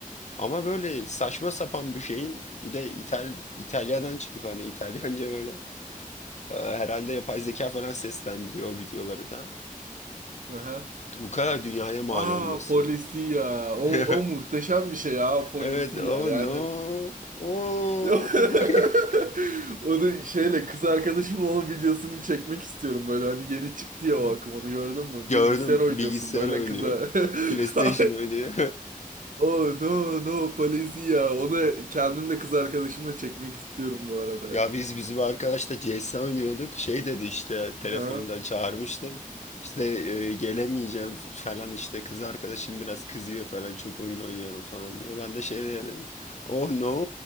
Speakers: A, on the left (about 50°); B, on the right (about 65°).
A: Ama böyle saçma sapan bir şeyin bir de İtal İtalya'dan çıkıp hani İtalyanca böyle e, herhalde yapay zeka falan seslendiriyor o videoları da.
B: Aha.
A: Bu kadar dünyaya mal
B: Aa
A: olması.
B: polisiya. O,
A: <laughs>
B: o muhteşem bir şey ya polisiya.
A: Evet, oh
B: Yani
A: no. Oh.
B: <laughs>
A: <laughs>
B: onu şeyle kız arkadaşımla onun videosunu çekmek istiyorum böyle hani yeni çıktı ya o akım onu gördün mü?
A: Gördüm
B: Bilgisayar oynuyorsun
A: bilgisayar
B: böyle
A: oynuyor.
B: kıza.
A: PlayStation
B: <laughs>
A: oynuyor. <laughs>
B: Oh no no polisiya. Onu kendim de kız arkadaşımla çekmek istiyorum bu arada ya.
A: Ya biz bizim arkadaşla CS oynuyorduk. Şey dedi işte telefonda
B: Ha?
A: çağırmıştım. İşte e, gelemeyeceğim f- falan işte kız arkadaşım biraz kızıyor falan çok oyun oynuyorum falan diye. Ben de şey dedim. Oh no